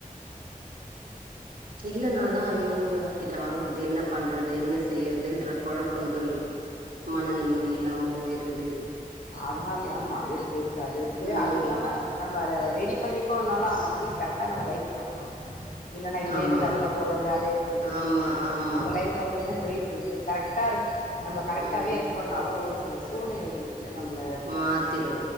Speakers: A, on the right (about 80°); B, on the left (about 65°).
A: இல்லனாதா ஐயோ யார்கிட்ட வாங்கறது என்ன பண்றது என்ன செய்றதுன்ற கொழப்பங்கள் மன நிம்மதி இல்லாம போயிறுது
B: அதுனாலயே ஆமா இருக்கு இருக்கு அது இருக்கு
A: ம்
B: அதுவு இல்லாம நம்ம அத ரெடி பண்ணிப்டோனாலு அந்த மணி கர் ட்டா நம்ம கைக்கு வரணு இல்லனா இத
A: ஆமா
B: எடுத்து அதுல போட்றது அத எடுத்து இதுல
A: ஆமா
B: போட்றது
A: ஆமா
B: நம்ம லைஃப் அப்டிதா போயிட்டுருக்கு கரெக்டா இருக்கு நம்ம கரெக்டாவே
A: ம்
B: இருக்கிறோனாலு ஒரு சில சூழ்நிலைகள் வந் து நம்ள
A: மாத்திரு